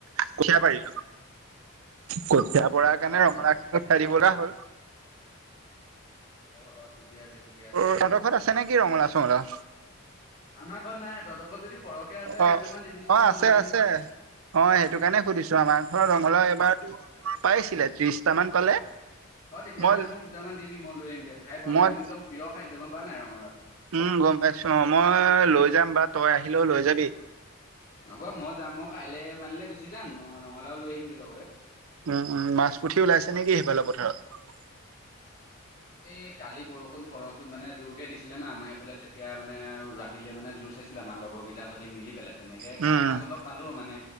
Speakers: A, on the right; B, on the left.
A: কঠীয়া পাৰিলো। কঠীয়া পৰাৰ কাৰণে
B: অ',
A: ৰঙলাও
B: অ',
A: দিবলৈ হ'ল।
B: অ- অ ঠিক ঠিকে আছে - ঠিকে আছে
A: তোৰ
B: আৰু
A: তহঁতৰ ঘৰত আছে নেকি ৰঙালাও চঙলাও?
B: আমাৰ ঘৰত নাই। তহতৰ ঘৰত যদি সৰহকে আছে
A: অ-অ,
B: দুটামান দিবিচোন মই
A: আছে-আছে।
B: লৈ আহিম তেতিয়া।
A: অ, সেইটো কাৰণে সুধিছো আমাৰ ঘৰ ৰঙলাও এইবাৰ পাইছিলে, ত্ৰিশটা মান পালে।
B: অ, তেতিয়াহ'লে
A: মই
B: মোক দুটামান দিবি। মই লৈ আহমগৈ। খাই ভাল
A: মই
B: লাগে মোক। একদম প্ৰিয় খাদ্য, গম পোৱা নাই, ৰঙালাও।
A: উম, গম পাইছো অ, মই লৈ যাম বা তই আহিলেও লৈ যাবি।
B: হ'ব, মই যাম। মই কাইলে মানলে গুচি যাম। ৰঙালাও লৈ আহিমগে লগতে।
A: উম-উম, মাছ পুঠি ওলাইছে নেকি সেইফালৰ পথাৰত?
B: এই কালি বৰষুণ সৰহকৈ, মানে জোৰকে দিছিলে ন আমাৰ এইফালে। তেতিয়া মানে ৰাতিলে, মানে জোৰ চাই ছিলে আমাৰ লগৰ কেইটাৰ সৈ মিলি পেলাই। তেনেকে
A: উম
B: কাঠ মাছ অলপ পালো, মানে